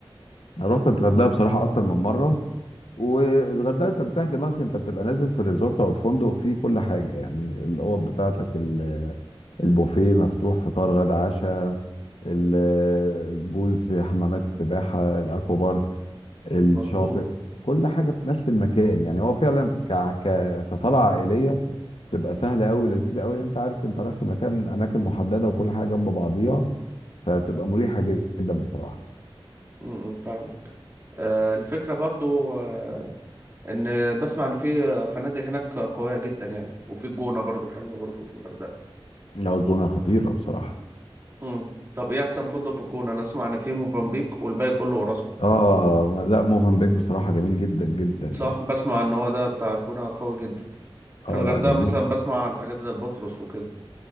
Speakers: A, on the left; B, on the right.
A: انا رحت الغردقه بصراحه اكتر من مره والغردقه انت بتريح دماغك انت بتبقى نازل في الريزورت او الفندق فيه كل حاجه يعني الاوض بتاعتك ال- البوفيه مفتوح فطار غدا عشاء ال- البولز حمامات السباحه الاكوا بارك الشاطئ
B: مظبوط
A: كل حاجه في نفس المكان يعني هو فعلا ك... ك... كطلعه عائليه تبقى سهله قوي لذيذه قوي انت عارف انت رايح في مكان اماكن محدده وكل حاجه جنب بعضيها فبتبقى مريحه جدا بصراحه
B: امم فاهمك آه، الفكرة برضو آه، إن بسمع إن في فنادق هناك قوية جدا يعني وفي الجونة برضو حلوة برضو في الغردقة
A: لا الجونه خطيره بصراجه
B: امم طب إيه أحسن فندق في الجونة أنا أسمع إن في موفنبيك والباقي كله أوراسكو
A: اه لا موفنبيك بصراحه جميل جدا جدا يعني
B: صح بسمع إن هو ده بتاع الجونة قوي جدا في
A: اه
B: الغردقة
A: لا جميل
B: مثلا بسمع عن حاجات زي البطرس وكده